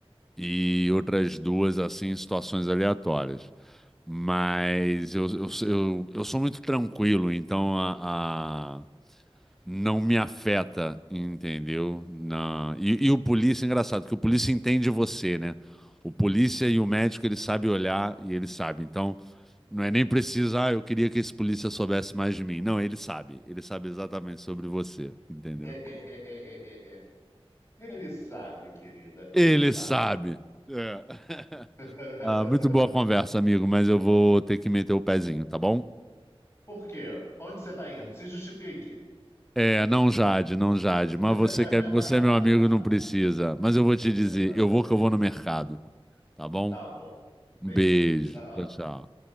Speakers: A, in the centre; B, on the left (about 30°).
A: E outras duas assim, em situações aleatórias. Mas eu, eu, eu, eu sou muito tranquilo, então a... a- não me afeta, entendeu? Na... E, e o polícia, engraçado, que o polícia entende você, né? O polícia e o médico, ele sabe olhar e ele sabe. Então, não é nem preciso, ah, eu queria que esse polícia soubesse mais de mim. Não, ele sabe. Ele sabe exatamente sobre você, entendeu?
B: <laughs> Ele sabe, querida,
A: Ele
B: ele sabe.
A: sabe. É. <laughs>
B: <laughs>
A: Ah, muito boa conversa, amigo, mas eu vou ter que meter o pezinho, tá bom?
B: Por quê? Onde você está indo? Se justifique.
A: É, não Jade, não Jade,
B: <laughs>
A: mas você que é, você é meu amigo, não precisa. Mas eu vou te dizer,
B: Exatamente.
A: eu vou que eu vou no mercado, tá bom?
B: Tá bom. Beijo.
A: Um beijo.
B: Tchau.
A: Tchau, tchau.